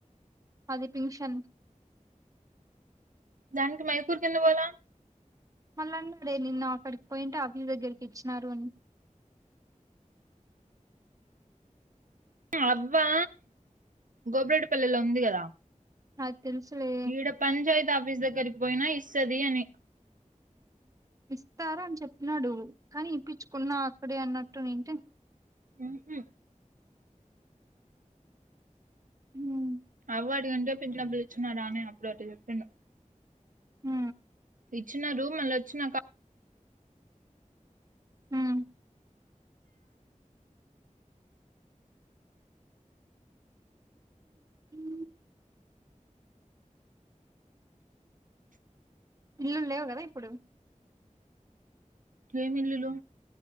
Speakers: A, on the right; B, on the right.
A: అది పింఛన్
B: దానికి మైకూర్కి ఎందుకు పోవల
A: మళ్ళ అనాడే నిన్న అక్కడికి పోయింటే ఆఫీస్ దగ్గరికి ఇచ్చినారు అని
B: అవ్వా గోబ్రేడ్పల్లెలో ఉంది కదా
A: నాకు తెలుసులే
B: ఈడ పంచాయత్ ఆఫీస్ దగ్గరికి పోయినా ఇస్తది అని
A: ఇస్తారు అని చెప్పినాడు కానీ ఇప్పించుకున్నావు అక్కడే అన్నట్టు ఏంటే
B: ఉహు
A: ఉమ్మ్,
B: అవ అడికంటే పింఛన్ డబ్బులు ఇచ్చిన రా అనే అప్పుడు అట్టా చెప్పిండు.
A: హ
B: ఇచ్చినారు మళ్ళ వచ్చినాక
A: ఉమ్మ్, ఉ ఇల్లులు లేవు కదా ఇప్పుడు
B: ఏమి ఇల్లులు